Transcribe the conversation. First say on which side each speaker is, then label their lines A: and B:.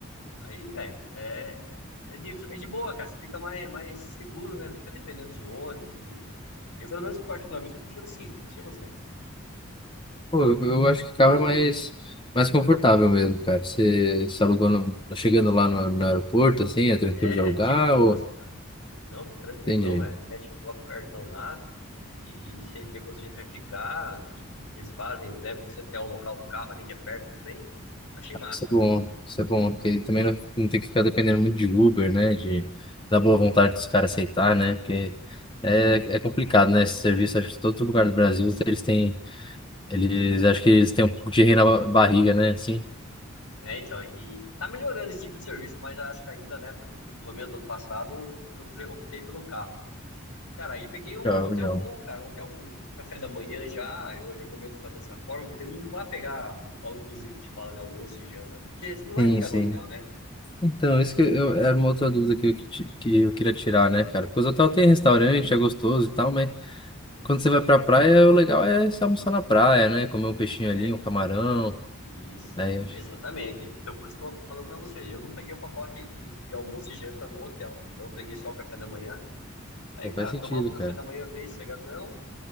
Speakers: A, on the left; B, on the left.
A: Aí, velho, é, é, é de, é de boa, cara. Você fica mais, mais seguro, né? Não fica dependendo de ônibus, de. Eu, pelo menos, particularmente, eu prefiro assim, não sei você.
B: Pô, eu, eu acho que carro é mais, mais confortável mesmo, cara. Você se alugou no- chegando lá no, no aeroporto, assim, é tranquilo
A: É
B: de alugar
A: de boas,
B: ou...
A: cara. Não, tranquilão,
B: Entendi.
A: velho. Mete, coloca o cartão lá e você vê quanto gente vai ficar. E eles fazem, levam você até o local do carro ali, que é perto também. Achei massa,
B: Isso é bom,
A: velho.
B: isso é bom, porque também não, não tem que ficar dependendo muito de Uber, né? De, da boa vontade dos caras aceitar, né? Porque é, é complicado, né? Esse serviço, acho que todo lugar do Brasil, eles têm, eles, acho que eles têm um pouco de rei na ba- barriga, né? Assim.
A: É, então, e tá melhorando esse tipo de serviço, mas acho que ainda na época que eu fui, pelo menos ano passado, eu pre- optei pelo carro. Cara, aí peguei um
B: Legal,
A: hotel
B: legal.
A: bom, cara, um hotel com, com café da manhã já. Eu recomendo fazer dessa forma, porque não vai pegar, ao inclusive, que fala, né, almoço e janta, porque você não vai
B: Sim,
A: ficar
B: sim.
A: no hotel, né?
B: Então, isso que eu, era uma outra dúvida que eu, ti- que eu queria tirar, né, cara? Porque os hotel tem restaurante, é gostoso e tal, mas quando você vai pra praia, o legal é se almoçar na praia, né? Comer um peixinho
A: Né?
B: ali, um camarão.
A: Isso.
B: Aí, eu acho
A: Exatamente.
B: que
A: Então, por isso que eu falando pra você, eu não peguei o pacote de, de almoço e janta no hotel. Então, eu peguei só o café da manhã. Aí,
B: não
A: cara,
B: faz sentido,
A: tomava o café
B: cara.
A: da manhã bem sossegadão.